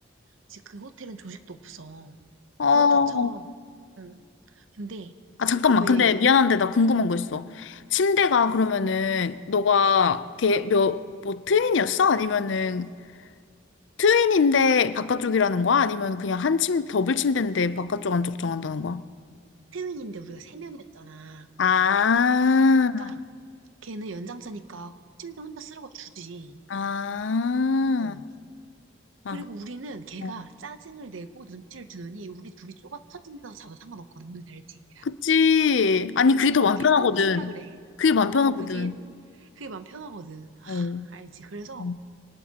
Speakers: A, on the right; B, on the left.
A: 이제 그 호텔은 조식도 없어.
B: 어,
A: 뭐
B: 어.
A: 그렇다 쳐. 응. 근데
B: 아, 잠깐만.
A: 그왜
B: 근데 미안한데 나 궁금한 거 있어. 침대가 그러면은, 너가 걔 몇, 뭐 트윈이었어? 아니면은, 트윈인데 바깥쪽이라는 거야? 아니면 그냥 한 침, 더블 침대인데 바깥쪽 안쪽 정한다는 거야?
A: 트윈인데 우리가 세 명이었잖아.
B: 아,
A: 그러니까 걔는 연장자니까 침대 혼자 쓰라고 주지.
B: 아,
A: 어.
B: 아,
A: 그리고 우리는 걔가
B: 어.
A: 짜증을 내고 눈치를 주느니 우리 둘이 좁아 터진 데서 자도 상관없거든. 뭔지 알지?
B: 그치. 아니, 그게 더
A: 어,
B: 마음
A: 걔
B: 편하거든.
A: 큰 거 쓰라 그래.
B: 그게 마음
A: 어,
B: 편하거든.
A: 그게 그게 마음 편하거든.
B: 어,
A: 알지? 그래서
B: 어.